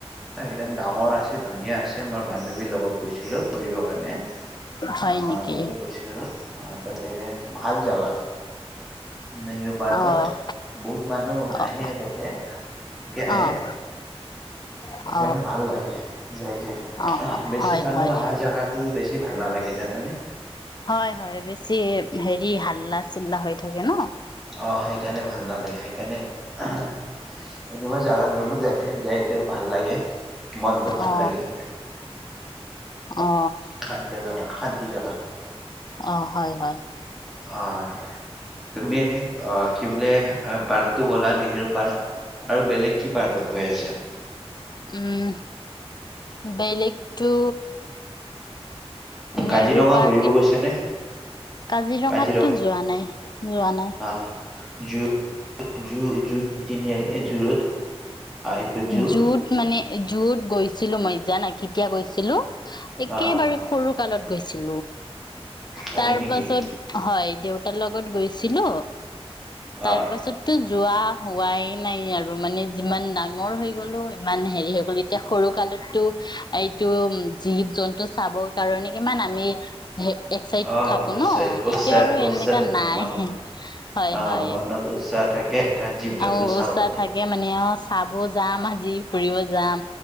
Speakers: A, in the centre; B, on the left.
A: একদম ডাঙৰ আছে ধুনীয়া আছে, মই বান্ধৱীৰ লগত গৈছিলো ফুৰিব কাৰণে।
B: হয়
A: অঁ
B: নেকি
A: তাতে গৈছিলো, তাতে ভাল জগা। নেহেৰু পাৰ্কত,
B: অ',
A: বহুত মানুহ নাহে
B: অ',
A: কে, <unintelligible>
B: অ',
A: সেইকাৰণে
B: অ',
A: ভাল লাগে যাইকে,
B: অ',
A: বেছি
B: হয়
A: মানুহ
B: হয়
A: অহা জেগোতু বেছি ভাল নালাগে, জানোনে
B: হয় হয়। বেছি হেৰি হাল্লা চিল্লা হৈ থাকে ন?
A: অঁ সেইকাৰণে ভ ভাল নালাগে, সেইকাৰণে এনেকুৱা জাগাত গলো যাতে যায় তেতিয়া ভাল লাগে, মনটো ভাল
B: অ
A: লাগে।
B: অ
A: খান জাগা, খান্তি জাগাত,
B: অ হয় হয়
A: অঁ তুমি এনে অ‍ঁ কি বোলে পাৰ্কটো গ'লা, নেহেৰু পাৰ্ক আৰু বেলেগ কি পাৰ্কত গৈ আছে?
B: উম বেলেগটো নেহৰু
A: কাজিৰঙা
B: পাৰ্ক
A: ঘূৰিব গৈছা নে
B: কাজিৰঙাটোত
A: কাজিৰঙা
B: যোৱা নাই, যোৱা নাই।
A: অ জু, জু তিনিআলি এ' জুৰোড। আহ এইটো জু
B: জুহত মানে যত গৈছিলো মই জানা কেতিয়া গৈছিলো একেবাৰে
A: অ
B: সৰু কালত গৈছে।
A: হয়
B: তাৰ
A: নেকি
B: পাছত, হয় দেউতাৰ লগত গৈছিলো
A: অ
B: তাৰপাছততো যোৱা হোৱাই নাই আৰু মানে যিমান দাম ডাঙৰ হৈ গলো ইমান হেৰি হৈ গলো এতিয়া সৰু কালততো এইটো জীৱ জন্তু চাবৰ কাৰণে কিমান আমি একচাইড
A: অ
B: থাকো
A: উৎসাহ
B: ন,
A: উৎসাহ
B: এতিয়া আৰু
A: উৎসাহ
B: এনেকা
A: থাকে
B: নাই,
A: মনত
B: হয়
A: অ
B: হয়
A: মনত উৎসাহ থাকে এটা জীৱ জন্তু
B: আৰু
A: চাও
B: উৎসাহ
A: বুলি
B: থাকে মানে চাব যাম আজি ফুৰিব যাম।